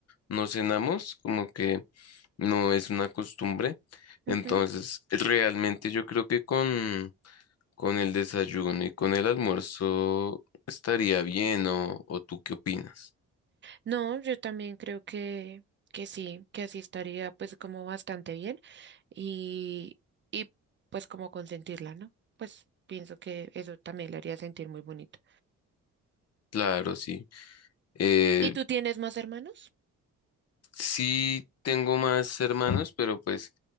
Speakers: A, on the left (about 55°); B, on the right (about 40°).
A: no cenamos, como que no es una costumbre. Entonces,
B: Ujú.
A: realmente yo creo que con Con el desayuno y con el almuerzo estaría bien, ¿o, o tú qué opinas?
B: No, yo también creo que, que sí, que así estaría pues como bastante bien y, y pues como consentirla, ¿no? Pues pienso que eso también le haría sentir muy bonito.
A: Claro, sí. Eh,
B: ¿Y tú tienes más hermanos?
A: Sí, tengo más hermanos, pero pues